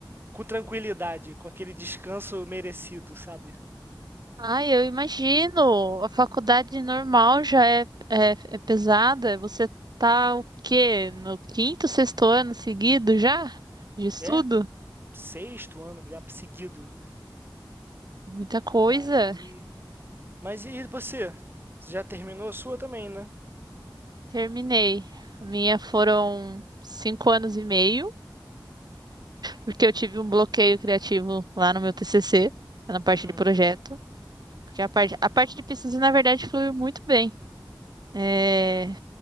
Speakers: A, on the right (about 25°); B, on the right (about 60°).
A: com tranquilidade, com aquele descanso merecido, sabe?
B: Ai, eu imagino. A faculdade normal já é, é, é pesada. Você tá o quê? No quinto, sexto ano seguido já de estudo?
A: É, sexto ano já seguido.
B: Muita coisa.
A: Aí. Mas e você? Você Já terminou a sua também, né?
B: Terminei. A minha foram cinco anos e meio. Porque eu tive um bloqueio criativo lá no meu TCC, na parte
A: Uhum,
B: de projeto. Porque a parte, a parte de pesquisa, na verdade, foi muito bem. É,